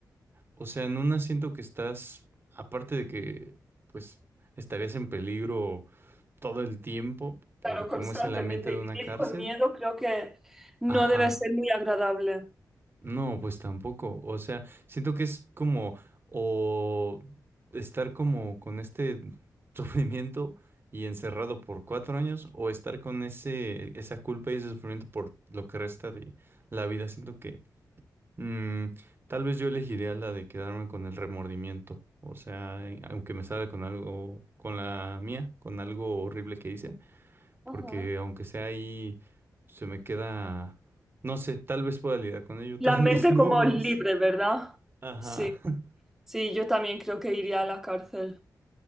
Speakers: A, on the right; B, in the centre.
A: O sea, en una siento que estás, aparte de que, pues, estarías en peligro todo el tiempo por
B: claro,
A: cómo
B: constantemente
A: es el ambiente de
B: y
A: una
B: vivir
A: cárcel.
B: con miedo creo que no
A: Ajá.
B: debe ser muy agradable.
A: No, pues tampoco. O sea, siento que es como, o estar como con este <laughs> sufrimiento y encerrado por cuatro años, o estar con ese, esa culpa y ese sufrimiento por lo que resta de la vida. Siento que Mm, tal vez yo elegiría la de quedarme con el remordimiento. O sea, en- aunque me salga con algo, con la mía, con algo horrible que hice, porque
B: Ujú.
A: aunque sea ahí, se me queda, no sé, tal vez pueda lidiar con ello,
B: La
A: <laughs> tal
B: mente
A: vez no,
B: como
A: no
B: libre,
A: sé.
B: ¿verdad?
A: Ajá.
B: Sí,
A: <laughs>
B: sí, yo también creo que iría a la cárcel.